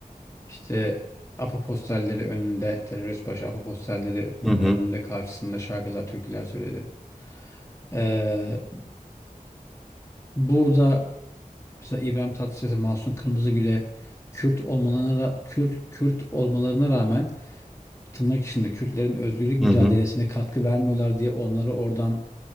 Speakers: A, on the left; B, in the centre.
A: işte APO posterleri önünde, terörist başı APO posterlerinin
B: Hı hı.
A: önünde karşısında şarkılar, türküler söyledi. Ee, burada mesela İbrahim Tatlıses'e, Mahsun Kırmızıgül'e Kürt olmalarına Kürt, Kürt olmalarına rağmen tırnak içinde Kürtlerin özgürlük mücadelesine
B: Hı hı.
A: katkı vermiyorlar diye onları oradan